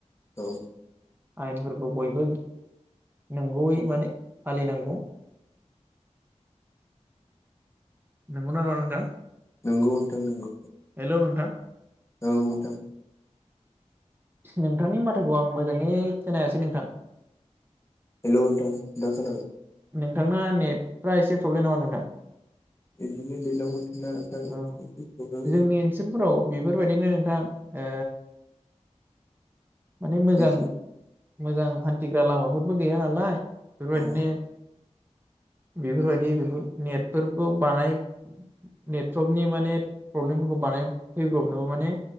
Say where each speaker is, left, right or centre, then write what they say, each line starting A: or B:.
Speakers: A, on the left (about 25°); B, on the right (about 15°).
A: औ
B: आयेन फोरखौ बयबो नोंगौयै माने फालिनांगौ नोंगौना नङा नोंथां?
A: नोंगौ नोंथां नोंगौ
B: हेलौ नोंथां
A: औ नोंथां
B: नोंथांनि माथोखौ आं मोजाङै खोनायासै नोंथां
A: हेलौ नोंथां दा खोनाबाय?
B: नोंथांना नेटफ्रा एसे प्रब्लेम नामा नोंथां?
A: बिदिनो दैलां बोथोरना ओंखायनो
B: औ
A: <unintelligible> होदों
B: जोंनि ओनसोलफोराव बेफोरबायदिनो नोंथां ओ माने मोजां
A: एसे
B: मोजां हान्थिग्रा लामाफोरबो गैया नालाय बेफोरबायदिनो
A: औ
B: बेफोरबायदि बेफोर नेटफोरखौ बानाय नेटट्रर्कनि माने प्रब्लेमफोरखौ बानाय फैब्रबनोबो माने